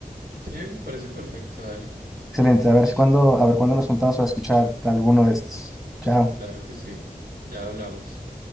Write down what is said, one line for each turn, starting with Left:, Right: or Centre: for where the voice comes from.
Right: sí, me parece perfecto, dale.
Centre: Excelente, a ver si cuando, a ver cuándo nos juntamos para escuchar alguno de estos. Chao.
Right: Claro que sí, ya hablamos.